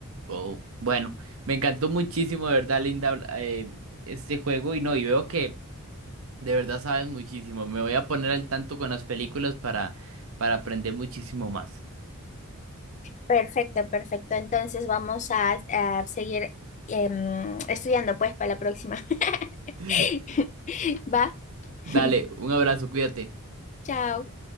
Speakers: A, on the right; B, on the left.
A: Oh, bueno, me encantó muchísimo, de verdad, Linda, habl- eh, este juego y no, y veo que de verdad sabes muchísimo. Me voy a poner al tanto con las películas para, para aprender muchísimo más.
B: Perfecto, perfecto. Entonces vamos a, a seguir em, estudiando pues para la próxima. <laughs>
A: <laughs>
B: Va. <laughs>
A: Dale, un abrazo, cuídate.
B: Chao.